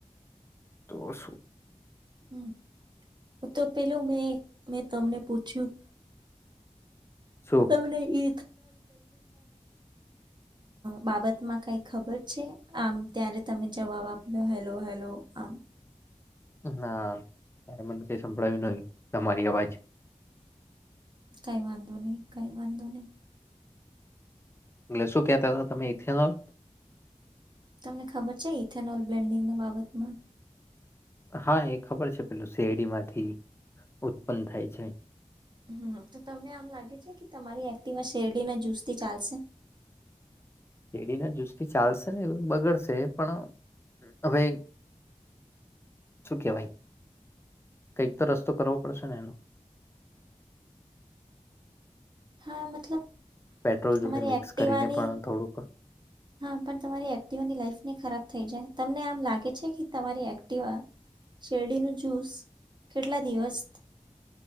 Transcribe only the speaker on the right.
હમ તો પેલું મેં મેં તમને પૂછ્યું
તમને એ બાબતમાં કંઈ ખબર છે? આમ ત્યારે તમે જવાબ આપ્યો, હેલો, હેલો આમ.
કઈ વાંધો નહી કઈ વાંધો નહી
તમને ખબર છે ઇથેનોલ બ્લેન્ડિંગના બાબતમાં?
હ, તો તમને આમ લાગે છે કે તમારી એક્ટીવા શેરડી ના જ્યુસથી ચાલશે?
હા, મતલબ
તમારી
એક્ટિવાની,
હા પણ તમારી એક્ટિવાની લાઈફ નહીં ખરાબ થઈ જાય. તમને આમ લાગે છે કે તમારી એક્ટિવા શેરડીનો જ્યુસ, કેટલા દિવસ,